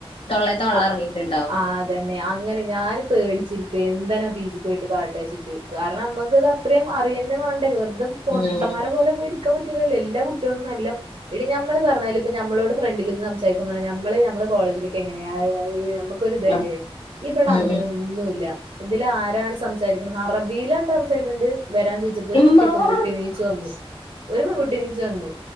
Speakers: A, on the left; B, on the right.
A: തൊള്ളേത്തെ വെള്ളം
B: അ
A: എറങ്ങിട്ടുണ്ടാവും
B: ആ തന്നെ അങ്ങനെ ഞാൻ പേടിച്ചിരിക്ക എന്തനാ പീജിക്കോയിട്ട് കാട്ടാച്ചിട്ട് കാരണം നമ്ക്ക് ത് അ ഇത്രയും അറിയന്ന വേണ്ടേ വെറുതെ പൊട്ടന്മാരെ
A: ഉം
B: പോലെ പോയിരിക്കാൻ പറ്റൂലല്ലോ എല്ലാ കുട്ടികളും നല്ല എടി നമ്മള് പറഞ്ഞാല് ഇപ്പ നമ്മളോട് ഫ്രണ്ടിൽ നിന്ന് സംസാരിക്കുമ്പോല നമ്മള് ഞമ്മള കോളേജിലൊക്കെ എങ്ങനെയാ ക്കൊരിതല്ലേ
A: ഉം
B: ഇവിടെ
A: ഉം
B: അങ്ങന
A: ഉം
B: ഒന്നൂല്ല ഇതില ആ ലാണ് സംസാരിക്കുന്നത് അറബിയിലാട്ടോ സംസാരിക്കണ്ട് വരാൻ ചോദിച്ചപ്പോ ഒരു കുട്ടി
A: ഇമ്മാ
B: പെൺകുട്ടി എണീച്ചു വന്നു ഒരു പെൺകുട്ടി എണീച്ച് വന്നു